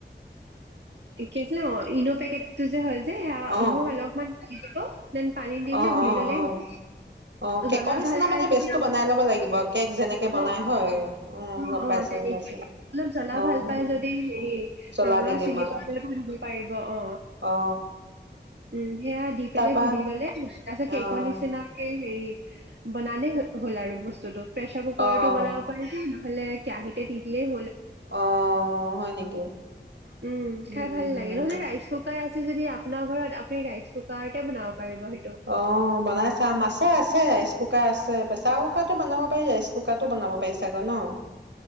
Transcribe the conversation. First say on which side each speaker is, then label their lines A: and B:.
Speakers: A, on the right; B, on the right.
A: কি আছিলে অ ইন' পেকেটটো যে হয় যে সেয়া
B: অ অ অ অ
A: ই'ন' অলপমান দি দিব দেন পানী দি পেলাই
B: অ
A: ঘুলি
B: অ
A: ল'লেই
B: অ
A: হ'ল
B: অ কেকৰ
A: জ্বলা
B: নিচিনা
A: ভাল পাই
B: মানে
A: যদি
B: বেচটো বনাই লব লাগিব কেক যেনেকে
A: আকৌ
B: বনাই হয় উম গম
A: অ
B: পাইছো
A: তেনেকে
B: গম পাইছো
A: অলপ জ্বলা
B: অ
A: ভাল পাই
B: অ
A: যদি হেৰি
B: জ্বলা
A: ৰঙা
B: দি দিম
A: চিলি
B: আৰু
A: পাইডাৰ দিব পাৰিব অ
B: অ
A: উম সেয়া দি পেলাই
B: তাৰপা
A: ঘুলি ললে তাৰ পিছত কেকৰ
B: অ
A: নিচিনাকে হেৰি বনালেই হ'ল আৰু বস্তুতটো প্ৰেছাৰ কুকাৰটো
B: অহ
A: বনাব পাৰি বানলে নহ'লে কেয়াহিতে দি দিলে <unintelligible>
B: অ' হয় নেকি
A: উম
B: উম।
A: খাই ভাল লাগে নহলে ৰাইচ কুকাৰ আছে যদি আপোনাৰ ঘৰত আপুনি ৰাইচ কুকাৰতে বনাব। পাৰিব সেইটো
B: অ' বনাই চাম মাছে আছে ৰাইচ কুকাৰ আছে প্ৰেছাৰ কুকাৰটো বনাব পাৰি ৰাইচ কুকাৰটো বনাব পাৰি চাগৈ ন।